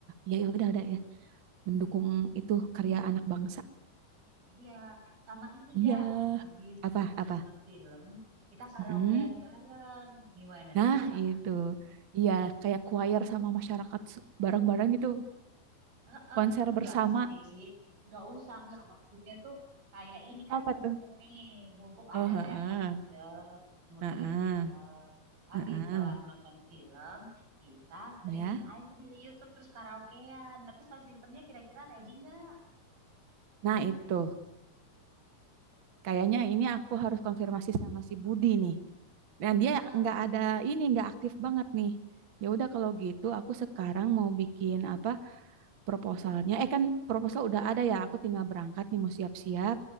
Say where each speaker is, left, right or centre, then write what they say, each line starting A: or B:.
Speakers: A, on the right; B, on the right.
A: Ya, ya udah, udah ya. Mendukung itu karya anak bangsa.
B: Iya, sama ini
A: Iya.
B: gak. Habis
A: Apa,
B: habis
A: apa?
B: nonton film, kita karaokean
A: mm
B: bareng. Gimana?
A: Nah,
B: Bisa nggak?
A: itu. Iya, kayak choir sama masyarakat s- bareng-bareng gitu.
B: Eh, eh,
A: Konser
B: enggak
A: bersama.
B: sih. Enggak usah, enggak. Maksudnya tuh kayak ini kan
A: Apa
B: mumpung
A: tuh?
B: nih, mumpung ada
A: Oh, heeh.
B: layar tancap, muterin
A: Heeh.
B: film. Habis
A: Heeh.
B: kelar nonton film, kita streaming
A: Ya.
B: aja dari YouTube terus karaokean. Tapi sound sistemnya kira-kira ready nggak?
A: Nah, itu. Kayaknya ini aku harus konfirmasi sama si Budi nih. Dan
B: Heeh.
A: dia nggak ada ini, nggak aktif banget nih. Ya udah kalau gitu aku sekarang mau bikin apa proposalnya. Eh kan proposal udah ada ya. Aku tinggal berangkat nih mau siap-siap